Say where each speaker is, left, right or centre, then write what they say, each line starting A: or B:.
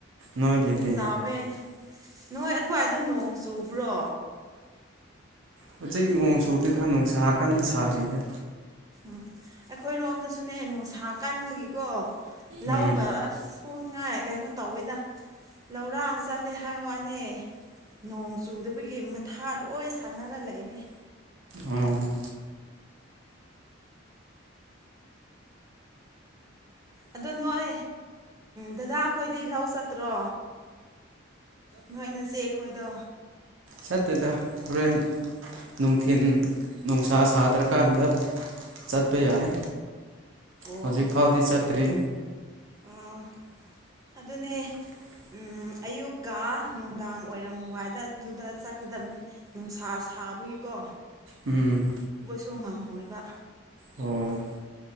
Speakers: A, on the right; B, on the right.
A: ꯅꯣꯏꯒꯤꯗꯤ
B: ꯆꯥꯎꯋꯦ ꯅꯣꯏ ꯑꯗꯨꯋꯥꯏꯗ ꯅꯣꯡ ꯆꯨꯕ꯭ꯔꯣ
A: ꯍꯧꯖꯤꯛ ꯅꯣꯡ ꯆꯨꯗꯦꯗ ꯅꯣꯡꯁꯥꯀꯥꯟꯗ ꯁꯥꯔꯤꯗ
B: ꯎ ꯑꯩꯈꯣꯏꯔꯣꯝꯗꯁꯨꯅꯦ ꯅꯨꯡꯁꯥ ꯀꯟꯕꯒꯤꯀꯣ ꯂꯧꯒ
A: ꯎꯝ
B: ꯑꯁ ꯉꯥꯏ ꯀꯩꯅꯣ ꯇꯧꯋꯤꯗ ꯂꯧꯔꯥꯡ ꯆꯠꯂꯦ ꯍꯥꯏ ꯋꯥꯅꯦ ꯅꯣꯡ ꯆꯨꯗꯕꯒꯤ ꯃꯊꯥ ꯂꯣꯏ ꯁꯥꯟꯅꯔ ꯂꯩꯔꯦ
A: ꯑꯣ
B: ꯑꯗꯣ ꯅꯣꯏ ꯗꯗꯥ ꯑꯩꯈꯣꯏꯗꯤ ꯂꯧ ꯆꯠꯇ꯭ꯔꯣ ꯅꯣꯏꯅꯁꯦ ꯑꯩꯈꯣꯏꯗꯣ
A: ꯁꯇꯗ ꯍꯣꯔꯦꯟ ꯅꯨꯡꯊꯤꯤꯟ ꯅꯨꯡꯁꯥ ꯁꯥꯗ꯭ꯔꯀꯥꯟꯗ ꯆꯠꯄ ꯌꯥꯏ
B: ꯑꯣ
A: ꯍꯧꯖꯤꯛ ꯐꯥꯎꯗꯤ ꯆꯠꯇ꯭ꯔꯤ
B: ꯑꯣ ꯑꯗꯨꯅꯦ
A: <inaudible>
B: ꯎꯝ ꯑꯌꯨꯛꯀ ꯅꯨꯡꯗꯥꯡ ꯑꯣꯏꯔꯝꯋꯥꯏꯗ ꯑꯗꯨꯗ ꯆꯠꯀꯗꯕꯅꯤ ꯅꯨꯡꯁꯥ ꯁꯥꯕꯒꯤꯀꯣ
A: ꯎꯝ
B: ꯇ ꯉꯝꯃꯣꯏꯕ
A: ꯑꯣ